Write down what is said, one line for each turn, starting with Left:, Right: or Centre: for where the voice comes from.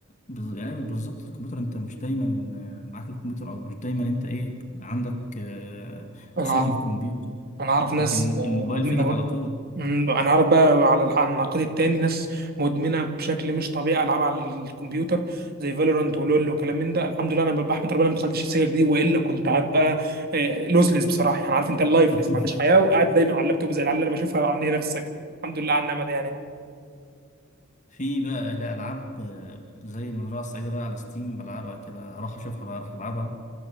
Left: بز- يعني بالظبط الكمبيوتر انت مش دايما آه، معاك الكمبيوتر او مش دايما انت ايه عندك آه،
Right: انا
Left: وصول
Right: اعرف
Left: للكمبيوتر
Right: انا اعرف ناس
Left: لكن الموبايل
Right: آه، مدمنه
Left: في ايدك على طول
Right: مم، انا عارف بقى على الح- على النقيض التاني ناس مدمنه بشكل مش طبيعي العاب على الكمبيوتر زي فالورانت ولول وكلام من ده الحمد لله انا بحمد ربنا ما دخلتش السكه دي والا كنت هبقى لوسلس بصراحه يعني عارف انت اللايفلس
Left: <laughs>
Right: ما عنديش حياه وقاعد دايما على اللابتوب زي العيال اللي انا بشوفها عندي هنا في السكن الحمد لله على النعمه دي يعني
Left: في بقى لا العاب آه، زي المزرعه السعيده بقى على ستيم بلعبها كده راح اشوفها بقى راح العبها